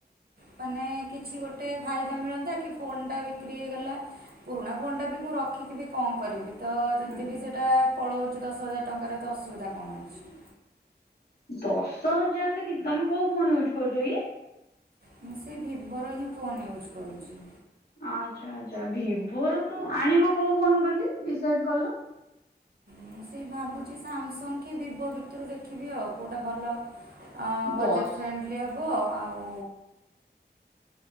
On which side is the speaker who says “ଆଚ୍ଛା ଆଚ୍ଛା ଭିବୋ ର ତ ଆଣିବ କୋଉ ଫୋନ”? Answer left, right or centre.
Left